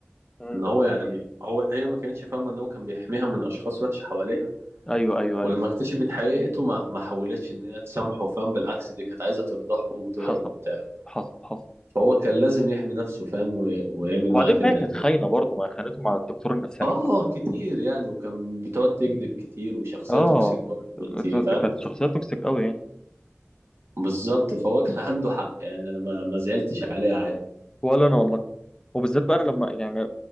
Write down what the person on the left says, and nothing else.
مم.
أيوه أيوه
أيوه
حصل
حصل حصل
وبعدين
ما هي كانت
خاينة برضه ما هي خانته مع الدكتور النفساني
بتاعها
آه
ت- ت- كانت
شخصية توكسيك قوي يعني
ولا أنا والله وبالذات بقى أنا لما يعني